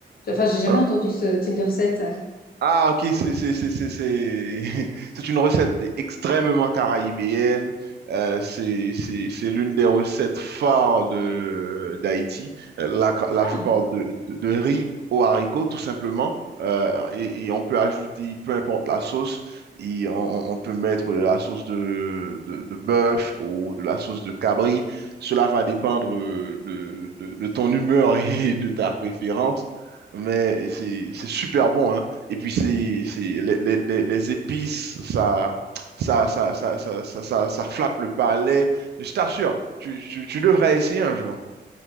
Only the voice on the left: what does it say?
Enfin, j'ai jamais
entendu ce type de recette.
Ah,